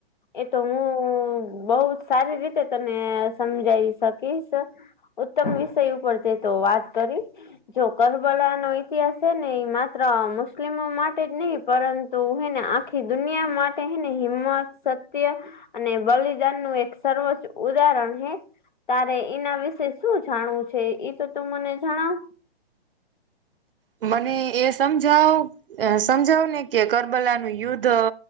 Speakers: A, on the left; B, on the right.
A: એ તો હું બહુ સારી રીતે તને સમજાઈ શકીશ. ઉત્તમ વિષય ઉપર જે તો વાત કરી જો કરબલા નો ઈતિહાસ છે ને માત્ર મુસ્લિમો માટે જ નહી પરંતુ તો ને આખી દુનિયા માટે માટેને હિંમત સત્ય અને બલિદાન નું એક સર્વોચ્ચ ઉદાહરણ હૈ. તારે એના વિશે શું જાણવું છે એ તો તું મને જણાવ.
B: મને એ સમજાવ અ સમજાવ ને કે કરબલાનું યુદ્ધ